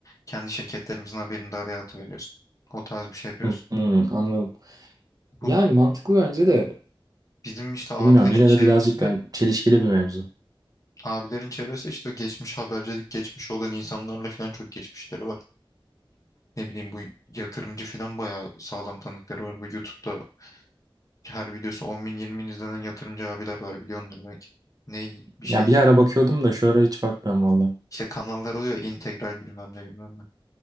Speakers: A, on the left; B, on the right.
A: kendi şirketlerimizin haberini de araya atıveriyoruz. O tarz bir şey yapıyoruz.
B: Hmm, hmm, anladım.
A: Bu
B: Yani mantıklı bence de
A: bizim işte abilerin
B: bilmiyorum yine
A: çevresi
B: de birazcık
A: de
B: hani çelişkili bir mevzu.
A: abilerin çevresi işte geçmiş habercilik geçmiş olan insanlarla falan çok geçmişleri var. Ne bileyim bu yatırımcı filan bayağı sağlam tanıkları var. Bu YouTube'da her videosu 10 bin 20 bin izlenen yatırımcı abiler var biliyordur belki. Ne bir
B: Ya
A: şey
B: bir ara bakıyordum da şu ara hiç bakmıyorum valla.
A: işte kanallar oluyor ya, integral bilmem ne bilmem ne.